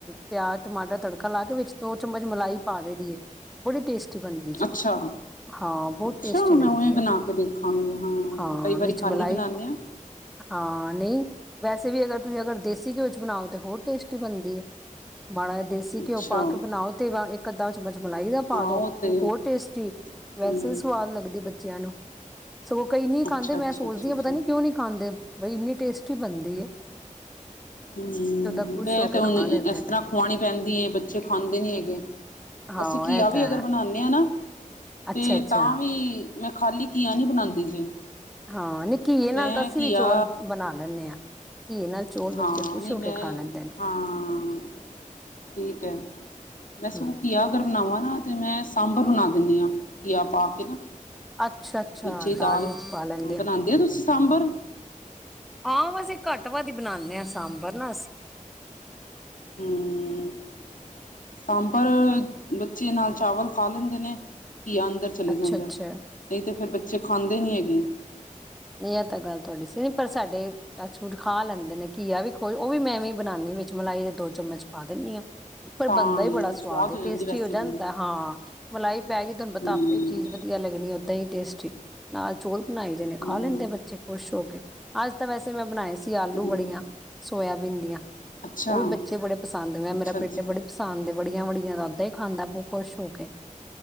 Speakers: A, in the centre; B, on the left.
A: ਪਿਆਜ ਟਮਾਟਰ ਤੜਕਾ ਲਾ ਕੇ ਵਿੱਚ ਦੋ ਚਮਚ ਮਲਾਈ ਪਾ ਦੇ ਦਈ ਦੀ। ਬੜੀ ਟੇਸਟੀ ਬਣਦੀ ਜੇ।
B: ਅੱਛਾ
A: ਹਾਂ ਬੋਤ
B: ਅੱਛਾ
A: ਟੇਸਟੀ ਲੱਗਦੀ
B: ਮੈਂ ਉਵੇਂ ਬਣਾ
A: ਆ
B: ਕੇ ਦੇਖਾਂਗੀ
A: ਹਾਂ
B: ਕਈ ਵਾਰੀ
A: ਵਿੱਚ
B: ਖਾਲੀ
A: ਮਲਾਈ
B: ਬਣਾਉਂਦੇ ਹਾਂ
A: ਹਾਂ ਨਈ ਵੈਸੇ ਵੀ ਅਗਰ ਤੁਸੀਂ ਅਗਰ ਦੇਸੀ ਘਿਓ ਚ ਬਣਾਓ ਤੇ ਹੋਰ ਟੇਸਟੀ ਬਣਦੀ ਐ। ਮਾੜਾ ਜਾ ਦੇਸੀ
B: ਅੱਛਾ
A: ਘਿਓ ਪਾ ਕੇ ਬਣਾਓ ਤੇ ਵਿੱਚ ਇੱਕ ਅੱਧਾ ਚਮਚ ਮਲਾਈ ਦਾ ਪਾ
B: ਹਾਂ
A: ਦੋ
B: ਉਹ ਤੇ
A: ਓ ਹੋਰ ਟੇਸਟੀ
B: ਹਮ
A: ਵੈਸੇ ਈ ਸਵਾਦ ਲੱਗਦੀ ਬੱਚਿਆਂ ਨੂੰ ਸਗੋਂ ਕਈ ਨੀ ਖਾਂਦੇ
B: ਅੱਛਾ
A: ਮੈਂ
B: ਅੱਛਾ
A: ਸੋਚਦੀ
B: ਅੱਛਾ ਅੱਛਾ
A: ਆ ਪਤਾ ਨੀ ਕਿਉਂ ਨੀ ਖਾਂਦੇ ਬਈ ਇੰਨੀ ਟੇਸਟੀ ਬਣਦੀ ਏ।
B: ਹੂੰ
A: ਖੁਸ਼
B: ਵੇ
A: ਹੋ
B: ਤੇ,
A: ਕੇ
B: ਹੁਣ
A: ਖਾ ਲੈਂਦੇ
B: ਇਸ
A: ਨੇ
B: ਤਰਾਂ ਖਵਾਣੀ ਪੈਂਦੀ ਐ, ਬੱਚੇ ਖਾਂਦੇ ਨੀ ਹੈਗੇ।
A: ਹਾਂ
B: ਅਸੀਂ ਘੀਆ
A: ਇਹ
B: ਵੀ
A: ਤਾਂ
B: ਅਗਰ
A: ਹੈ
B: ਬਣਾਨੇ ਨੇ ਆ ਨਾ,
A: ਅੱਛਾ
B: ਤੇ
A: ਅੱਛਾ
B: ਤਾਂ ਵੀ ਮੈਂ ਖਾਲੀ ਕੀਆ ਨੀ ਬਣਾਂਦੀ ਜੇ।
A: ਹਾਂ ਨੀ ਘੀਏ ਨਾਲ
B: ਮੈਂ
A: ਤਾਂ, ਅਸੀਂ
B: ਘੀਆ
A: ਵੀ ਚੌਲ ਬਣਾ ਲੈਂਨੇ ਆ। ਘੀਏ ਨਾਲ ਚੌਲ ਬੱਚੇ,
B: ਹਾਂ
A: ਖ਼ੁਸ਼
B: ਨਹੀਂ
A: ਹੋ
B: ਮੈਂ
A: ਕੇ ਖਾ ਲੈਂਦੇ ਨੇ।
B: ਹਾਂ ਠੀਕ ਐ ਬਸ
A: ਹਮ
B: ਊ ਘੀਆ। ਅਗਰ ਬਣਾਵਾਂ ਨਾ ਤੇ ਮੈਂ, ਸਾਂਬਰ ਬਣਾ ਦਿੰਨੀ ਆ ਘੀਆ ਪਾ ਕੇ ਨਾ।
A: ਅੱਛਾ ਅੱਛਾ
B: ਵੀਚੇ ਦਾਲ
A: ਵਿੱਚ ਪਾ ਲੈਂਦੇ
B: ਬਣਾਂਦੇ ਓ ਤੁਸੀਂ ਸਾਂਬਰ?
A: ਹਾਂ ਵੈਸੇ ਘੱਟ- ਵੱਧ ਈ, ਬਣਾਨੇ ਆ ਸਾਂਬਰ ਨਾ ਅਸੀਂ।
B: ਹੂੰ। ਸਾਂਬਰ ਬੱਚੇ ਨਾਲ, ਚਾਵਲ ਖਾ ਲੈਂਦੇ ਨੇ। ਘੀਆ ਅੰਦਰ ਚਲੇ
A: ਅੱਛਾ
B: ਜਾਂਦਾ
A: ਅੱਛਾ
B: ਏ, ਨਈ ਤਾਂ ਫੇਰ ਬੱਚੇ ਖਾਂਦੇ ਨੀ ਹੈਗੇ।
A: ਨਈ ਐ ਤਾਂ ਗੱਲ ਤੁਹਾਡੀ ਸਹੀ। ਪਰ ਸਾਡੇ ਟੱਚ ਵੁਡ ਖਾ ਲੈਂਦੇ ਨੇ। ਘੀਆ ਵੀ ਖੁ ਓ ਵੀ ਮੈਂ ਐਵੇਂ ਹੀ ਬਣਾਨੀ ਆ। ਵਿੱਚ ਮਲਾਈ ਦੇ ਦੋ ਚਮਚ ਪਾ ਦਨੀ ਆ। ਪਰ
B: ਤਾਂ
A: ਬੰਦਾ ਹੀ ਬੜਾ ਸਵਾਦ ਏ,
B: ਜਾਂਦੀ
A: ਟੇਸਟੀ
B: ਵੈਸੇ
A: ਹੋ
B: ਮੈਨੂੰ
A: ਜਾਂਦਾ ਹਾਂ। ਮਲਾਈ ਪੈ ਗਈ, ਤੁਹਾਨੂੰ ਪਤਾ
B: ਹੂੰ
A: ਆਪੇ ਚੀਜ਼ ਵਧੀਆ ਲੱਗਣੀ ਐ। ਓਦਾਂ ਈ ਟੇਸਟੀ ਨਾਲ ਚੋਲ ਬਣਾਈ ਦੇ ਨੇ,
B: ਹੂੰ
A: ਖਾ ਲੈਂਦੇ ਬੱਚੇ ਖੁਸ਼ ਹੋ ਕੇ। ਅੱਜ ਤਾਂ ਵੈਸੇ ਮੈਂ ਬਣਾਏ ਸੀ। ਅਸੀ ਆਲੂ-
B: ਹੂੰ,
A: ਬੜੀਆਂ ਸੋਇਆਬੀਨ ਦੀਆਂ।
B: ਅੱਛਾ
A: ਓ ਵੀ ਬੱਚੇ ਬੜੇ ਪਸੰਦ ਮੈਂ
B: ਅੱਛਾ
A: ਮੇਰਾ
B: ਅੱਛਾ
A: ਬੇਟੇ ਬੜੇ। ਪਸੰਦ ਏ ਬੜੀਆਂ, ਵੜੀਆਂ ਓਦਾਂ ਈ ਖਾਂਦਾ ਬੋ ਖੁਸ਼ ਹੋ ਕੇ।